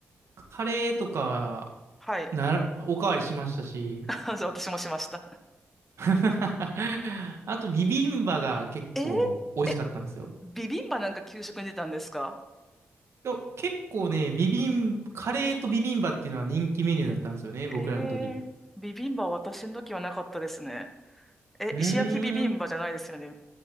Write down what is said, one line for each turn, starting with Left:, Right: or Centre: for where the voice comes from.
Right: ー、カレーとかは、
Centre: はい。
Right: なら、おかわりしましたし。
Centre: <laughs> そう私もしました。
Right: <laughs> あと、ビビンバが結構美味しかったんですよ。
Centre: えーえ、ビビンバなんか給食に出たんですか
Right: いや結構ね、ビビン、カレーとビビンバっていうのは人気メニューだったんですよね、僕らの時。
Centre: えー、ビビンバは私の時はなかったですね。え、
Right: うーん。
Centre: 石焼きビビンバじゃないですよね。